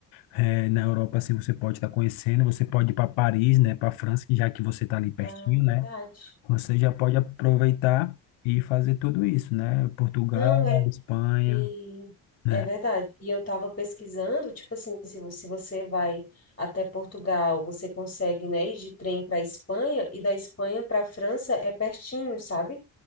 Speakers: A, on the left (about 75°); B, on the left (about 25°).
A: é, na Europa assim você pode estar conhecendo, você pode ir para Paris, né, para França, que já que você está ali pertinho,
B: ah, verdade.
A: né? Você
B: Uhum.
A: já pode aproveitar e fazer tudo isso, né? Portugal,
B: Não, é
A: Espanha,
B: E
A: né?
B: é verdade. E eu estava pesquisando, tipo assim, se, vo- se você vai até Portugal, você consegue, né, ir de trem para Espanha e da Espanha para França é pertinho, sabe?